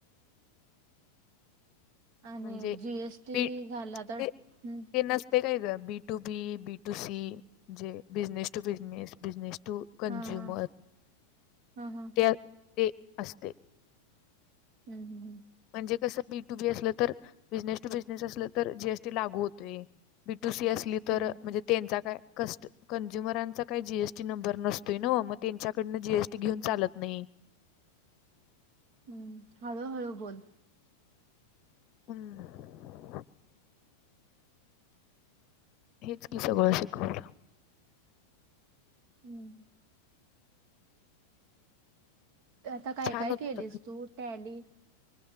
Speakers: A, on the right; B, on the left.
A: आणि
B: म्हणजे
A: जीएसटी
B: बी
A: झाला तर
B: ते
A: हं,
B: नसते काय ग? B to B B to C जे business to business business. To कंझ्युमर
A: हा हा हा हा
B: त्या ते असते.
A: हम्, हम्, हम्!
B: म्हणजे कसं बी टू बी असलं तर बिझनेस टू बिझनेस असलं तर जीएसटी लागू होतोय. बी दुसरी असली तर
A: हं, हं.
B: म्हणजे त्यांचा काय. कस् कंझ्युमरांचा काही जीएसटी नंबर नसतोय न मग त्यांच्याकडनं जीएसटी घेऊन चालत नाही.
A: हम्! हळूहळू बोल.
B: हम्म! हेच की सगळं शिकवलं.
A: हम्! आता काय
B: छान
A: काय
B: होतं.
A: केलेस तू टॅली?